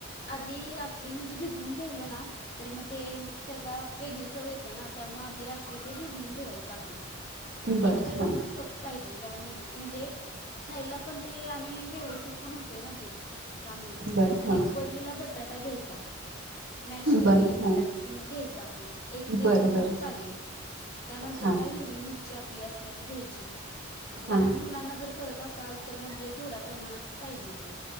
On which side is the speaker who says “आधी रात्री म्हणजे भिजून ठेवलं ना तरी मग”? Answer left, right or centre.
Left